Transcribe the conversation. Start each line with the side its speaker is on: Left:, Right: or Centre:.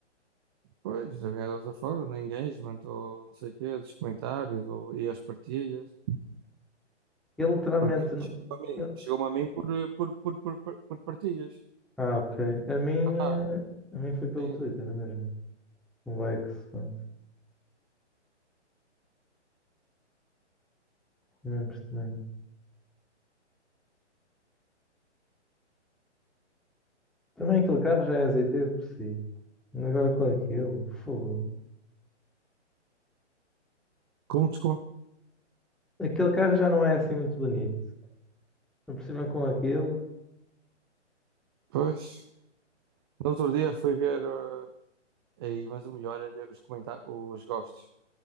Right: Pois, de alguma outra forma, no engagement, ou não sei o quê, dos comentários, ou, e as partilhas.
Centre: Ele literalmente.
Right: Porque
Centre: não-
Right: chegou-me a mim,
Centre: ele-
Right: chegou-me a mim por, eh, por, por, por, por, por partilhas.
Centre: Ah, ok. A minha.
Right: Mandaram,
Centre: A minha foi pelo
Right: sim.
Centre: Twitter mesmo. O X, pronto. Mesmo estranho. Também aquele carro já é azeiteiro por si. Agora com aquilo, fogo.
Right: Como, desculpa?
Centre: Aquele carro já não é assim muito bonito. Por cima com aquilo.
Right: Pois, no outro dia fui ver, eh, aí, mas o melhor é ver os comentários, os gostos,